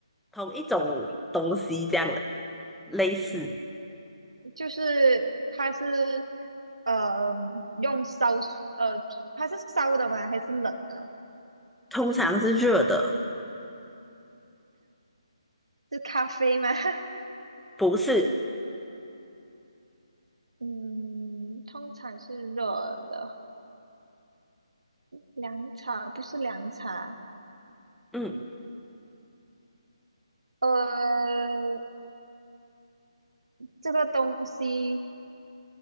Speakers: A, in the centre; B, on the right.
A: 同一种东西这样的类似，
B: 就是它是呃用烧，呃，它是烧的吗？还是冷的？
A: 通常是热的，
B: 是咖啡吗？<laughs>
A: 不是，
B: 嗯，通常是热的，凉茶不是凉茶，
A: 嗯
B: 呃，这个东西，